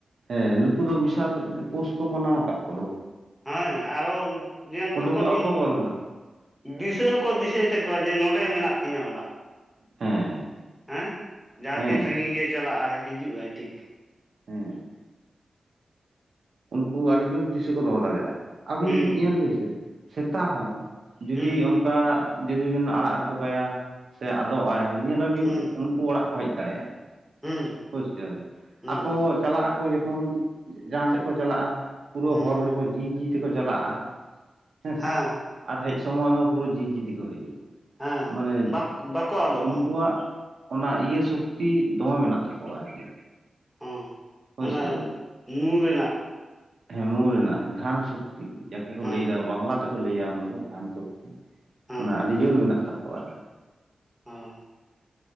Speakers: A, on the right; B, in the centre.
A: ᱦᱮᱸ ᱱᱩᱠᱩ ᱫᱚ ᱵᱤᱥᱟᱞ ᱯᱳᱥ ᱠᱚ ᱢᱟᱱᱟᱣ ᱟᱠᱟᱫ ᱠᱚᱫᱚ ᱾
B: ᱦᱮᱭ ᱟᱨ ᱦᱚᱸ ᱧᱮᱞ
A: ᱩᱰᱩᱠᱚᱜ
B: ᱛᱟᱠᱚ ᱵᱤᱱ
A: ᱟᱠᱚ ᱵᱚᱞᱚᱱᱟ
B: ᱫᱤᱥᱟᱹ ᱦᱚᱸᱠᱚ ᱫᱤᱥᱟᱹᱭ ᱛᱟᱠᱚᱣᱟ ᱡᱮ ᱱᱚᱸᱰᱮ ᱢᱮᱱᱟᱜ ᱛᱤᱧᱟᱹ ᱚᱲᱟᱜ ᱾
A: ᱦᱮᱸ
B: ᱦᱮᱸ ᱡᱟᱦᱟᱸ
A: ᱦᱮᱸ
B: ᱛᱤᱱ ᱥᱟᱺᱜᱤᱧ ᱜᱮᱭ ᱪᱟᱞᱟᱜᱼᱟᱭ ᱦᱤᱡᱩᱜᱼᱟᱭ ᱴᱷᱤᱠ ᱾
A: ᱦᱮᱸ ᱩᱱᱠᱩ ᱟᱹᱰᱤ ᱡᱳᱨ ᱫᱤᱥᱟᱹ ᱠᱚ ᱫᱚᱦᱚ ᱫᱟᱲᱮᱭᱟᱜᱼᱟ ᱟᱹᱵᱤᱱ
B: ᱦᱩᱸ
A: ᱧᱮᱞ ᱵᱤᱱ ᱥᱮ ᱥᱮᱛᱟᱜ ᱦᱚᱸ ᱡᱩᱫᱤ
B: ᱦᱩᱸ
A: ᱚᱱᱠᱟ ᱡᱩᱫᱤ ᱵᱤᱱ ᱟᱲᱟᱜ ᱦᱚᱴᱚ ᱠᱟᱭᱟ, ᱥᱮ ᱟᱫᱚᱜᱟᱭ ᱧᱮᱞᱟᱵᱤᱱ
B: ᱦᱩᱸ
A: ᱠᱩ ᱚᱲᱟᱜ ᱠᱚ ᱦᱮᱡ ᱫᱟᱲᱮᱭᱟᱜᱼᱟ
B: ᱦᱩᱸ
A: ᱵᱩᱡ ᱠᱮᱫᱟᱢ
B: ᱦᱩᱸ
A: ᱟᱠᱚ ᱪᱟᱞᱟᱜ ᱟᱠᱚ ᱟᱠᱚ ᱡᱚᱠᱷᱚᱱ ᱡᱟᱦᱟᱸ ᱥᱮᱫ ᱠᱚ ᱪᱟᱞᱟᱜᱼᱟ ᱯᱩᱨᱟᱹ
B: ᱦᱩᱸ
A: ᱦᱚᱨ ᱨᱮᱠᱚ ᱡᱤ ᱡᱤ ᱛᱮᱠᱚ ᱪᱟᱞᱟᱜᱼᱟ ᱾ ᱦᱮᱸᱥᱮ
B: ᱦᱮᱸ
A: ᱟᱨ ᱦᱮᱡ ᱥᱚᱢᱚᱭ ᱦᱚᱸ ᱯᱩᱨᱟᱹ ᱡᱤ ᱡᱤ ᱛᱮ ᱠᱚ ᱦᱤᱡᱩᱜᱼᱟ ᱾
B: ᱦᱮᱸ
A: ᱢᱟᱱᱮ
B: ᱵᱟᱠ ᱵᱟᱠᱚ ᱟᱫᱚᱜᱼᱟ
A: ᱩᱱᱠᱩᱣᱟᱜ ᱚᱱᱟ ᱤᱭᱟᱹ ᱥᱚᱠᱛᱤ ᱫᱚᱢᱮ ᱢᱮᱱᱟᱜ ᱛᱟᱠᱚᱣᱟ ᱟᱨᱠᱤ
B: ᱦᱮᱸ
A: ᱵᱩᱡ
B: ᱚᱱᱟ
A: ᱠᱮᱫᱟᱢ
B: ᱧᱩ ᱨᱮᱱᱟᱜ
A: ᱦᱮᱸ ᱢᱩᱸ ᱨᱮᱱᱟᱜ ᱜᱷᱟᱱ ᱥᱩᱠ ᱛᱤ ᱡᱟᱠᱮ ᱠᱚ
B: ᱦᱮᱸ
A: ᱞᱟᱹᱭᱫᱟ ᱵᱟᱝᱞᱟ ᱛᱮᱠᱚ ᱞᱟᱹᱭᱟ ᱚᱱᱟ ᱫᱚ ᱜᱷᱟᱱ ᱥᱚᱠᱛᱤ ᱾
B: ᱦᱮᱸ
A: ᱢᱟᱱᱮ ᱟᱹᱰᱤ ᱡᱳᱨ ᱢᱮᱱᱟᱜ ᱛᱟᱠᱚᱣᱟ ᱟᱨ
B: ᱦᱮᱸ